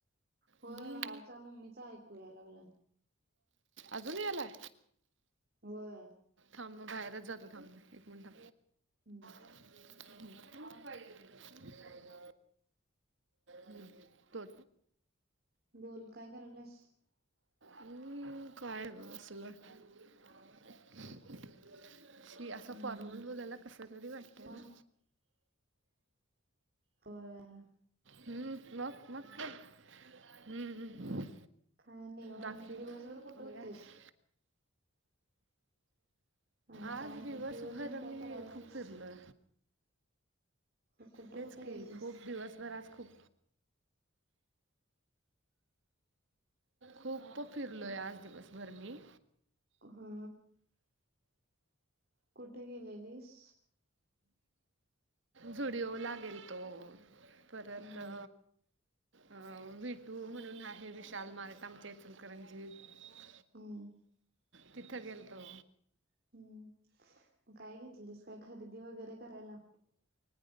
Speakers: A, on the right; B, on the right.
A: होय
B: मी
A: बाहेरचा मम्मीचा ऐक कुया लागला.
B: अजूनी यालाय.
A: होय
B: थांब बाहेरच जातो. थांब एक मिनिटं.
A: हम्म.
B: <unintelligible> हम् तो <unintelligible>
A: बोल काय करायलास
B: हम्, काय बसलोय. <unintelligible> शी असा
A: हम्म
B: फॉर्मल बोलायला कस तरी वाटतय
A: मग
B: ना?
A: होय.
B: हम् मग, मग काय? हम्मम
A: काय नाही मग
B: बाकी
A: दिवसभर
B: <unintelligible>
A: कुठे होतीस आणी
B: आज
A: काय नाय दिवसभर काय
B: मी
A: करालतीस?
B: खूप फिरलो
A: मग कुठं
B: तेच
A: कुठं येतेस?
B: की खूप दिवसभर आज खूप खूप खूप फिरलोय
A: कुठ
B: आज दिवसभर मी.
A: हा कुठे गेलेलीस?
B: झुडीओ ला गेलतो. परत
A: हम्म
B: अ... अ विटू म्हणून आहे विशाल मारेठा आमच्या इचलकरंजी त..
A: हमं.
B: तिथं गेलतो.
A: हम्म काय घेतलीस काय खरेदी वगैरे करायला...